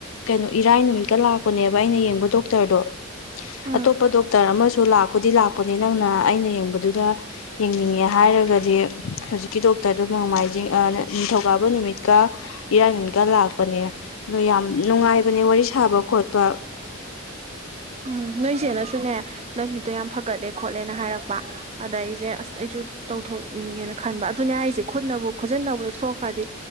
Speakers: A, on the left; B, on the right.
A: ꯀꯩꯅꯣ ꯏꯔꯥꯏ ꯅꯨꯃꯤꯠꯀ ꯂꯥꯛꯄꯅꯦꯕ ꯑꯩꯅ ꯌꯦꯡꯕ ꯗꯣꯛꯇꯔꯗꯣ
B: ꯎꯝ
A: ꯑꯇꯣꯞꯄ ꯗꯣꯛꯇꯔ ꯑꯃꯁꯨ ꯂꯥꯛꯄꯨꯗꯤ ꯂꯥꯛꯄꯅꯦ ꯅꯪꯅ ꯑꯩꯅ ꯌꯦꯡꯕꯗꯨꯗ ꯌꯦꯡꯅꯤꯡꯉꯦ ꯍꯥꯏꯔꯒꯗꯤ ꯍꯧꯖꯤꯛꯀꯤ ꯗꯣꯛꯇꯔ ꯅꯣꯡꯃꯥꯏꯖꯤꯡ ꯑꯥ ꯅꯤꯡꯊꯧꯀꯥꯕ ꯅꯨꯃꯤꯠꯀ ꯏꯔꯥꯏ ꯅꯨꯃꯤꯠꯀ ꯂꯥꯛꯄꯅꯦ ꯗꯣ ꯌꯥꯝ ꯅꯨꯡꯉꯥꯏꯕꯅꯦ ꯋꯥꯔꯤ ꯁꯥꯕ ꯈꯣꯠꯄ
B: ꯎꯝ ꯅꯣꯏꯁꯦꯅꯁꯨꯅꯦ ꯅꯪꯒꯤꯗꯣ ꯌꯥꯝ ꯐꯒꯠꯂꯦ ꯈꯣꯠꯂꯦꯅ ꯍꯥꯏꯔꯛꯄ ꯑꯗ ꯑꯩꯖꯦ ꯑꯁ ꯑꯩꯖꯨ ꯇꯧꯊꯣꯛꯅꯤꯡꯉꯦꯅ ꯈꯟꯕ ꯑꯗꯨꯅꯦ ꯍꯥꯏꯖꯦ ꯈꯨꯠꯅꯕꯨ ꯈꯨꯠꯖꯤꯟꯅꯕꯨ ꯍꯦꯛ ꯁꯣꯛꯈ꯭ꯔꯗꯤ